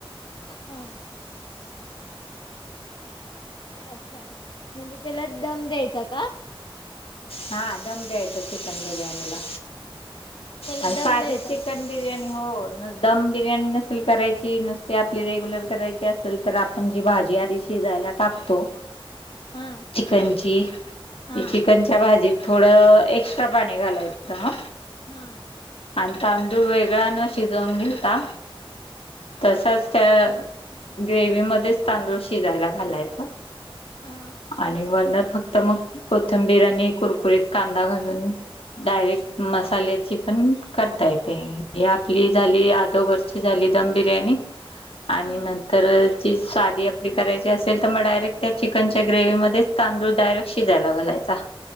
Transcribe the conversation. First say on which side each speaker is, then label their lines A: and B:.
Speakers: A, on the left; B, on the left.
A: हूं! अच्छा म्हणजे त्याला दम द्यायचा का?
B: हां दम द्यायचं चिकन बिर्याणीला.
A: त्याला
B: आणि साधीच
A: दम द्यायचा
B: चिकन
A: का?
B: बिर्याणी हो न दम बिर्याणी नसेल करायची, नुसती आपली रेगुलर करायची असेल तर आपण जी भाजी आधी शिजा याला टाकतो
A: हा
B: चिकनची
A: हा
B: ती चिकनच्या भाजीत थोडं एक्स्ट्रा पाणी घालायचं म
A: हा!
B: आणि तांदूळ वेगळ न शिजवून घेता तसाच त्या ग्रेवी मध्येच तांदूळ शिजायला घालायचा
A: हा
B: आणि वनात. फक्त मग कोथंबीर आणि कुरकुरीत कांदा घालून डायरेक्ट मसाल्याची पण करता येते हे आपली झाली अदोगरची झाली दम बिर्याणी आणि
A: हा
B: नंतर, ची साधी आपली करायची असेल तर मगडायरेक्ट त्या चिकनच्या ग्रेव्हीमध्येच तांदूळ डायरेक्ट शिजयला घालायचां चां